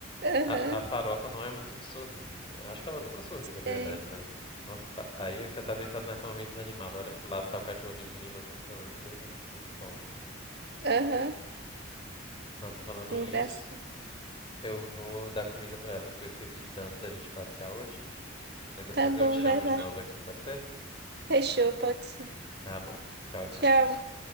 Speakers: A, on the right; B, on the left.
A: Aham,
B: A, a farofa não é muito de sorrir, assim. Eu Acho que ela nunca sorri, na verdade,
A: é.
B: mas. Nossa, pa- aí você tá deitado na cama meio desanimado, olha pro lado, tá o cachorrinho rindo assim pra você. É muito bom, né?
A: Aham,
B: Nossa, falando
A: engraçado.
B: nisso, eu vou dar comida pra elas que eu esqueci de dar antes da gente passear hoje. Mas depois
A: Tá bom,
B: eu te chamo
A: vai lá.
B: de novo aqui, pode ser?
A: Fechou, pode ser.
B: Tá bom. Tchau, tchau.
A: Tchau.